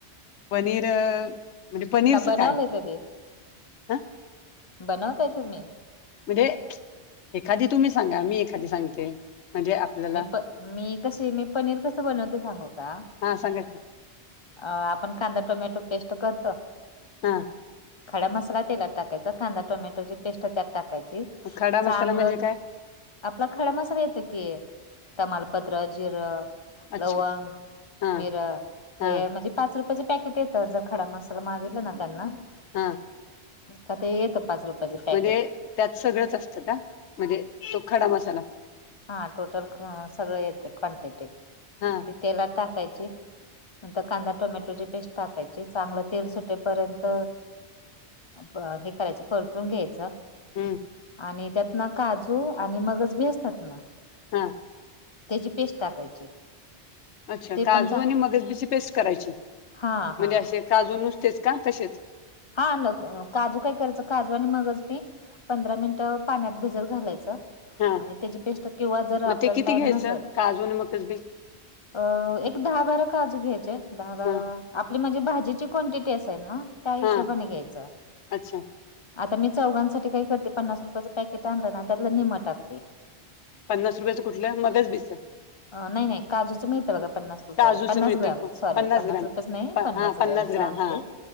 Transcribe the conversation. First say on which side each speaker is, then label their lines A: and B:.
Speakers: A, on the left; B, on the left.
A: पनीर म्हणजे पनीरचं
B: का बनवलंय
A: काय
B: कधी
A: ह
B: बनवताय तुम्ही
A: म्हणजे एखादी तुम्ही सांगा मी एखादी सांगते म्हणजे आपल्याला
B: मी प मी कसे मी पनीर कसं बनवते सांगू का
A: हा सांगा की
B: अ आपण कांदा टोमॅटो पेस्ट करतो
A: हा
B: खड्या मसाला तेलात टाकायचा कांदा टोमॅटोची पेस्ट त्यात टाकायची
A: खडा मसाला
B: चांगलं
A: म्हणजे काय
B: आपला खड्यामसर येत की तमालपत्र जिरं
A: अच्छा
B: लवंग
A: हा
B: मिर
A: हा
B: हे म्हणजे पाच रुपयाचे पॅकेट येतात जर खडा म अस तर मागितलं ना त्यांना
A: हा
B: कत येेत पाच रुपये
A: म्हणजे त्यात सगळंच असतं का म्हणजे तो खडा मसाला
B: <inaudible> सगळ येत क्वांटिटी
A: हा
B: ती तेला टाकायची नंतर कांदा टोमॅटोची पेस्ट टाकायची चांगलं तेल सुटेपर्यंत ब हे करायचं परतून घ्यायच
A: हम्म
B: आणि त्यात ना काजू आणि मगज बी असतात ना
A: हा
B: त्याची पेस्ट टाकायची
A: अच्छा
B: ते
A: काजू
B: पण चा
A: आणि मगज बीची पेस्ट करायची
B: हा हा
A: म्हणजे असे काजू नुसतेच का तसेच
B: हा न काजू काय करायचं काजू आणि मगज मी पंधरा मिनिटं पाण्यात भिजत घालायचं
A: हा
B: आणि त्याची पेस्ट किंवा जर आपल्याला
A: मग ते किती
B: टाम
A: घ्यायचं
B: नसेल
A: काजू आणि मगच बी
B: अ एक दहा बारा काजू घ्यायचे दहा बारा
A: हा
B: आपली म्हणजे भाजीची क्ांटिटी असाय ना
A: हा
B: हशबण घ्यायचं
A: अच्छा
B: आता मी चौघांसाठी काही करते पन्नास रुपयाचं पॅकेट आणलं ना त्यातलं निमट टगते
A: पन्नास रुपयाचं कुठलं मध्येच बिस आहे.
B: नाही काजूचं मिळतं बघा पन्ना रुपये
A: काजूचं
B: पन्नास
A: मिळतं
B: ग्रॅम
A: प
B: सॉरी पन्नास
A: ग्राम
B: रुपये नाही
A: प-
B: पन्नास
A: हा
B: गॅम
A: ग्राम
B: चांगते
A: हा